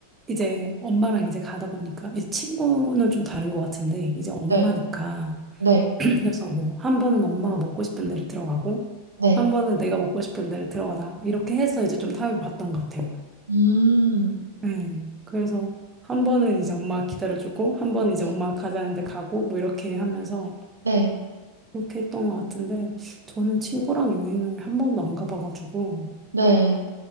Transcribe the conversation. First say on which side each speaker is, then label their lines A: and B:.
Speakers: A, on the right; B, on the right.
A: 이제 엄마랑 이제 가다 보니까, 이제 친구는 좀 다른 것 같은데, 이제 엄마니까.
B: 네, 네,
A: <clears throat> 그래서 뭐, 한 번은 엄마가 먹고 싶은 데를 들어가고,
B: 네.
A: 한 번은 내가 먹고 싶은 데를 들어가다. 이렇게 해서 이제 좀 타협을 봤던 것 같아요.
B: 음,
A: 네. 그래서 한 번은 이제 엄마 기다려주고, 한 번은 이제
B: 네,
A: 엄마 가자는데 가고, 뭐 이렇게 하면서
B: 네.
A: 그렇게 했던 것 같은데, 저는 친구랑 여행을 한 번도 안 가봐가지고,
B: 네.